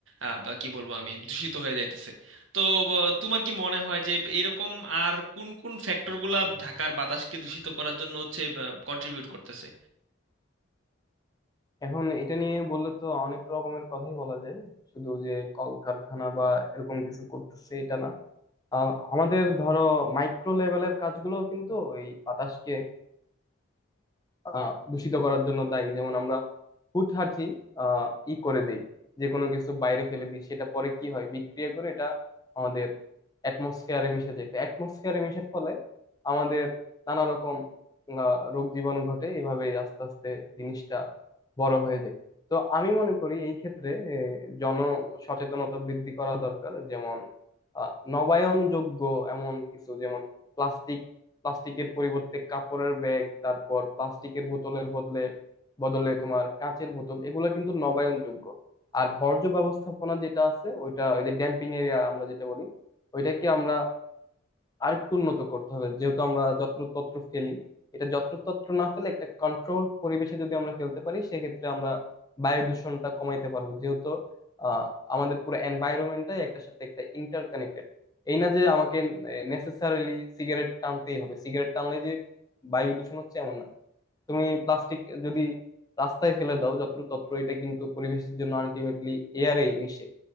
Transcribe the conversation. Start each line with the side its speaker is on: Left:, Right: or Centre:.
Right: আহ, বা কি বলবো আমি দূষিত হয়ে যাইতেছে তো আহ, তোমার কি মনে হয় যে এরকম আর কোন কোন ফ্যাক্টরগুলা ঢাকার বাতাসকে দূষিত করার জন্য হচ্ছে কন্ট্রিবিউট করতেছে
Left: এখন এটা নিয়ে বললে তো অনেক রকমের কথাই বলা যায় শুধু যে কলকারখানা বা এরকম কিছু করতেছে এটা না আ- আমাদের ধরো মাইক্রো লেভেলের কাজগুলো কিন্তু এই বাতাসকে আহ দূষিত করার জন্য দায়ী যেমন আমরা হুটহাঁটি আহ ই করে দেই যে কোনো কিছু বাইরে ফেলে দিই সেটা পরে কি হয় বিক্রিয়া করে এটা আমাদের অ্যাটমসফিয়ারে মিশে যায় তো অ্যাটমসফিয়ারে মিশার ফলে আমাদের নানা রকম আহ, রোগ জীবাণু ঘটে এভাবে আস্তে আস্তে জিনিসটা বড় হয়ে যায় তো আমি মনে করি এই ক্ষেত্রে এ, জন সচেতনতা বৃদ্ধি করা দরকার যেমন আহ, নবায়নযোগ্য এমন কিছু যেমন প্লাস্টিক প্লাস্টিকের পরিবর্তে কাপড়ের ব্যাগ তারপর প্লাস্টিকের বোতলের বদলে বদলে তোমার কাঁচের বোতল এগুলো কিন্তু নবায়নযোগ্য আর বর্জ্য ব্যবস্থাপনা যেটা আছে ওইটা ওই যে ড্যাম্পিং এরিয়া আমরা যেটা বলি ওইটাকে আমরা আরেকটু উন্নত করতে হবে যেহেতু আমরা যত্রতত্র ফেলি এটা যত্রতত্র না ফেলে একটা কন্ট্রোলড পরিবেশে যদি আমরা ফেলতে পারি সেক্ষেত্রে আমরা বায়ু দূষণটা কমাইতে পারবো যেহেতু আহ আমাদের পুরো এনভায়রনমেন্টটাই একটা সাথে একটা ইন্টারকানেক্টেড এই না যে আমাকে নেসেসারিলি সিগারেট টানতেই হবে সিগারেট টানলে যে বায়ু দূষণ হচ্ছে এমন না তুমি প্লাস্টিক যদি রাস্তায় ফেলে দাও যত্রতত্র এটা কিন্তু পরিবেশের জন্য আলটিমেটলি এয়ারে মিশে